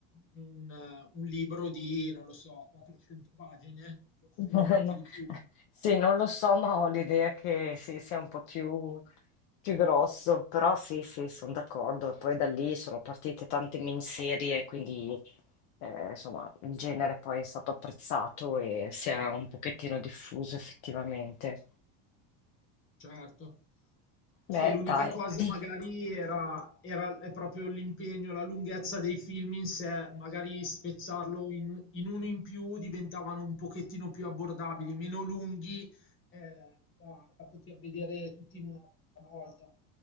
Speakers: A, on the left (about 30°); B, on the left (about 50°).
A: un, un libro di, non lo so, 400 pagine, forse
B: <laughs>
A: anche di più,
B: Sì, non lo so, ma ho l'idea che sì, sia un po' più, più grosso, però sì, sì, sono d'accordo. E poi da lì sono partite tante miniserie, quindi eh, insomma il genere poi è stato apprezzato e si è un pochettino diffuso effettivamente.
A: certo. Sì,
B: Beh,
A: l'unica
B: dai,
A: cosa
B: <clears throat>
A: magari era, era- è proprio l'impegno, la lunghezza dei film in sé, magari spezzarlo in, in uno in più diventavano un pochettino più abbordabili, meno lunghi eh, da, da poter vedere tutti in una volta.